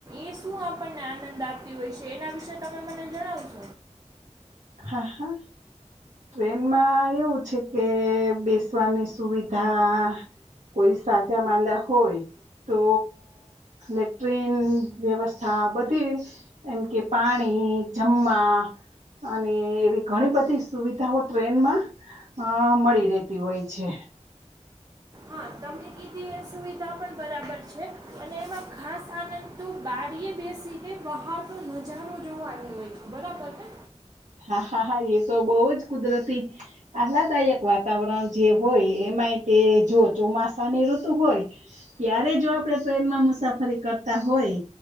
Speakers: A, on the right (about 30°); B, on the right (about 80°).
A: એ શું આપણને આનંદ આપતી હોય છે. એના વિશે તમે મને જણાવશો.
B: હા હા, ટ્રેનમાં એવું છે કે બેસવાની સુવિધા કોઈ સાચા માંદા હોય તો એ ટ્રેન વ્યવસ્થા બધી એમ કે પાણી, જમવા અને એવી ઘણી બધી સુવિધાઓ ટ્રેનમાં અ મળી રહેતી હોય છે.
A: હા તમે કીધી એ સુવિધા પણ બરાબર છે અને એમાં ખાસ આનંદ તો બારીએ બેસીને બહાર નો નજારો જોવાનું હોય છે. બરાબર ને?
B: હા હા હા, એ તો બહુ જ કુદરતી આહલાદાયક વાતાવરણ જે હોય એમાંય તે જો ચોમાસાની ઋતુ હોય ત્યારે જો આપણે ટ્રેનમાં મુસાફરી કરતા હોય